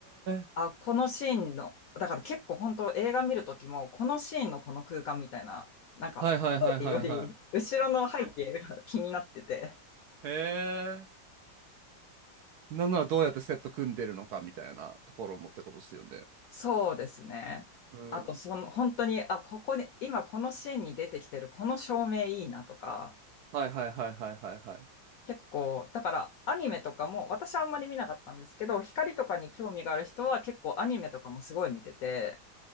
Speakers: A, on the right; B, on the left.
A: え。
B: あ、このシーンの、だから結構本当映画見るときも、このシーンのこの空間みたいな、なんか、
A: はいはいはいはいは
B: ストーリーより、後ろの背景が気になってて。
A: い。へえ。なんならどうやってセット組んでるのかみたいなところもってことですよね。
B: そうですね。
A: うん。
B: あと、その、本当に、あ、ここに、今このシーンに出てきてる、この照明いいなとか、
A: はいはいはいはいはいはい。
B: 結構、だからアニメとかも、私はあんまり見なかったんですけど、光とかに興味がある人は結構アニメとかもすごい見てて、